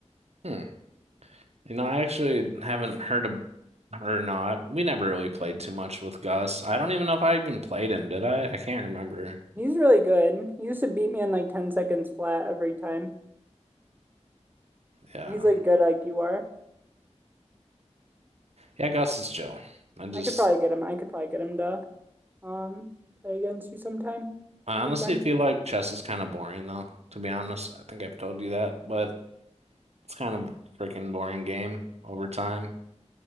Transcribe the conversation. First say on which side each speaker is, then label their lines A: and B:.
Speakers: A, on the right; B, on the right.
A: Hmm. You know, I actually haven't heard of or no, I, we never really played too much with Gus. I don't even know if I even played him, did I? I can't remember.
B: He's really good. He used to beat me in like 10 seconds flat every time.
A: Yeah.
B: He's like good like you are.
A: Yeah, Gus is chill. I just
B: I could probably get him. I could probably get him to um play against you sometime.
A: I
B: That'd
A: honestly
B: be fun.
A: feel like chess is kind of boring though, to be honest. I think I've told you that, but It's kind of a freaking boring game over time.